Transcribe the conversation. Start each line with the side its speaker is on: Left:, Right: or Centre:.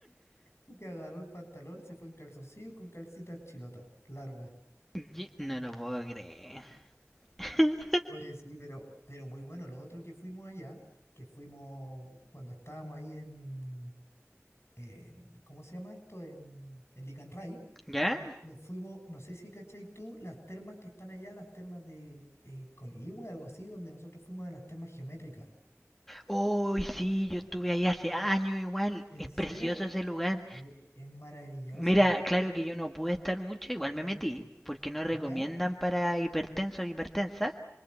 Left: Y que agarró el pantalón, se fue en calzoncillo y con calcitas chilotas, largas.
Centre: Ye- No lo puedo creer. <laughs>
Left: Oye, sí, pero, pero muy bueno. Lo otro que fuimos allá, que fuimos cuando estábamos ahí en, en- ¿cómo se llama esto? En, en Licanray.
Centre: ¿Ya?
Left: Nos fuimos, no sé si cachai tú, las termas que están allá, las termas de eh, Corihue, algo así, donde nosotros fuimos de las termas geométricas.
Centre: Uy, sí, yo estuve ahí hace años igual.
Left: ¿En
Centre: Es
Left: serio?
Centre: precioso ese lugar.
Left: Eh, es maravilloso.
Centre: Mira, claro que yo no pude estar mucho, igual me metí, porque no recomiendan
Left: ¿Ya?
Centre: para hipertensos o hipertensas.